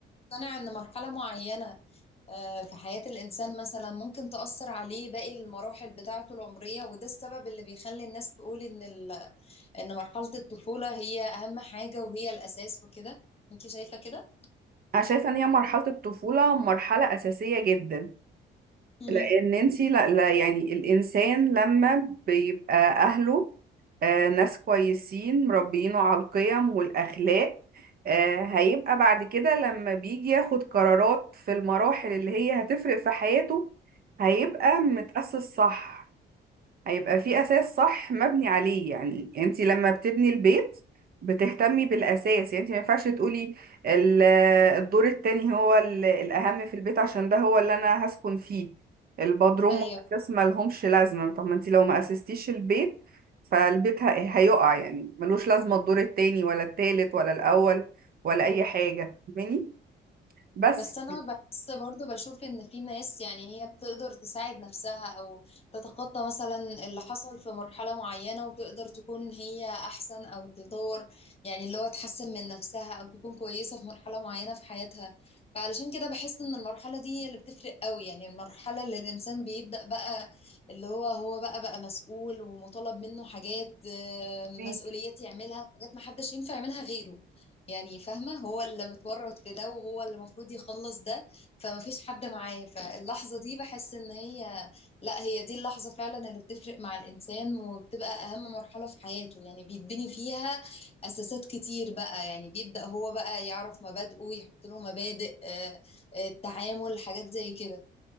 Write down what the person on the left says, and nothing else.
تقتنع ان مرحلة معينة آه، في حياة الانسان مثلا ممكن تأثر عليه باقي المراحل بتاعته العمرية وده السبب اللي بيخلي الناس تقول ان ال... ان مرحلة الطفولة هي اهم حاجة وهي الاساس وكده انت شايفة كده
مم.
مم.
ايوه
بس انا بحس برضو بشوف ان في ناس يعني هي بتقدر تساعد نفسها او تتخطى مثلا اللي حصل في مرحلة معينة وتقدر تكون هي احسن او تطور يعني اللي هو تحسن من نفسها او تكون كويسة في مرحلة معينة في حياتها فعلشان كده بحس ان المرحلة دي هي اللي بتفرق قوي يعني المرحلة اللي الانسان بيبدأ بقى اللي هو هو بقى بقى مسؤول ومطالب منه حاجات آه، مسؤوليات
يعملها حاجات محدش ينفع يعملها غيره يعني فاهمة هو اللي متورط في ده وهو اللي المفروض يخلص ده فما فيش حد معاه فاللحظة دي بحس ان هي لا هي دي اللحظة فعلا اللي بتفرق مع الانسان وبتبقى اهم مرحلة في حياته يعني بيتبني فيها اساسات كتير بقى يعني بيبدأ هو بقى يعرف مبادئه يحط له مبادئ آه، آه، التعامل حاجات زي كده